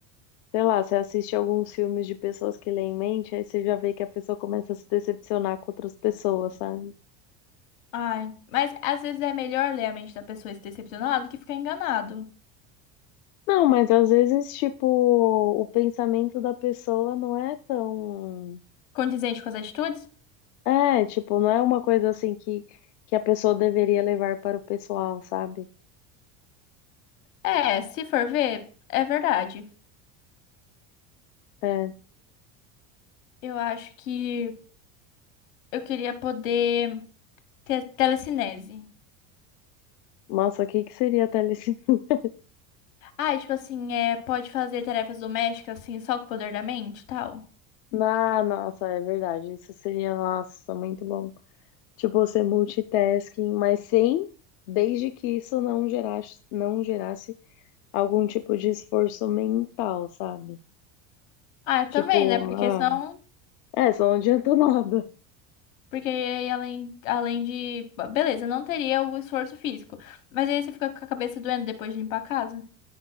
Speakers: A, on the left; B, on the left.
A: Sei lá, você assiste alguns filmes de pessoas que lê em mente, aí você já vê que a pessoa começa a se decepcionar com outras pessoas, sabe?
B: Ai, mas às vezes é melhor ler a mente da pessoa e se decepcionar do que ficar enganado.
A: Não, mas às vezes, tipo, o pensamento da pessoa não é tão.
B: Condizente com as atitudes?
A: É, tipo, não é uma coisa assim que, que a pessoa deveria levar para o pessoal, sabe?
B: É, se for ver, é verdade.
A: É.
B: Eu acho que eu queria poder ter telecinese.
A: Nossa, o que que seria telecine? <laughs>
B: Ah, e tipo assim, é, pode fazer tarefas domésticas assim, só com o poder da mente e tal.
A: Ah, nossa, é verdade. Isso seria, nossa, muito bom. Tipo, você multitasking, mas sem, desde que isso não gerasse, não gerasse algum tipo de esforço mental, sabe?
B: Ah, também,
A: Tipo,
B: né? Porque
A: ah,
B: senão.
A: é, só não adiantou <laughs> nada.
B: Porque aí, além, além de. Beleza, não teria o esforço físico. Mas aí você fica com a cabeça doendo depois de limpar a casa.